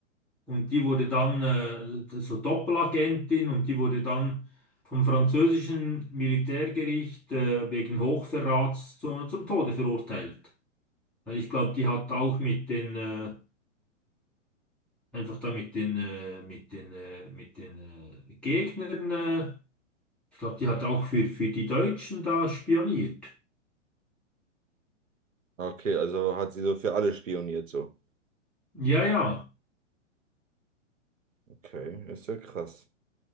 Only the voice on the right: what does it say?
Okay, also hat sie so für alle spioniert, so.
Okay, ist ja krass.